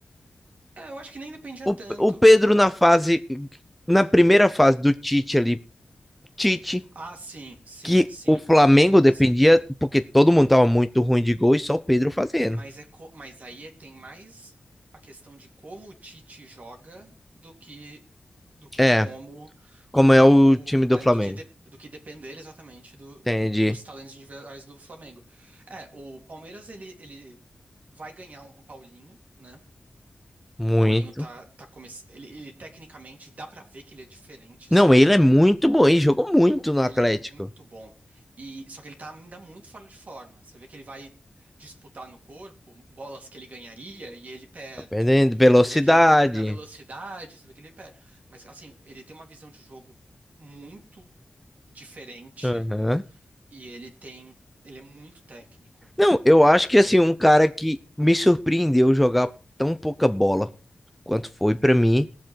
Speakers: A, on the right; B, in the centre.
A: É, eu acho que nem dependia
B: O,
A: tanto.
B: o Pedro na fase. Na primeira fase do Tite ali, Tite
A: Ah, sim, sim,
B: que
A: sim.
B: o Flamengo
A: Mas,
B: dependia, porque todo mundo tava muito ruim de gol e só o Pedro fazendo.
A: mas, é co- mas aí é- tem mais a questão de como o Tite joga do que do que
B: É,
A: como
B: como
A: o,
B: é o time
A: o
B: do
A: é,
B: Flamengo.
A: do que de- do que depender exatamente do-
B: Entendi.
A: dos talentos individuais do Flamengo. É, o Palmeiras ele, ele vai ganhar um Paulinho, né?
B: Muito.
A: Paulinho tá, tá começando. Ele, ele, tecnicamente dá pra ver que ele é diferente,
B: Não,
A: sabe?
B: ele é muito bom, ele jogou muito no
A: Ele
B: Atlético.
A: é muito bom. E só que ele tá ainda muito fora de forma. Você vê que ele vai disputar no corpo bolas que ele ganharia e ele perde.
B: Tá perdendo velocidade.
A: Você vê que ele na velocidade, você vê que ele perde. Mas assim, ele tem uma visão de jogo muito diferente
B: Aham.
A: e ele tem, ele é muito técnico.
B: Não, eu acho que assim, um cara que me surpreendeu jogar tão pouca bola quanto foi pra mim